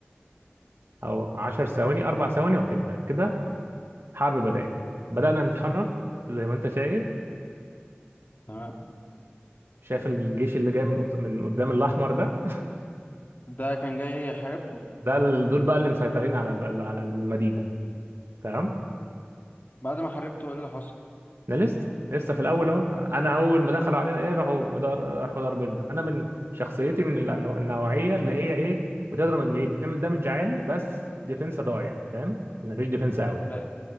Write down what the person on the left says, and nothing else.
تمام
ده كان جاي يحاربكم
بعد ما حاربته ايه اللي حصل
فاهم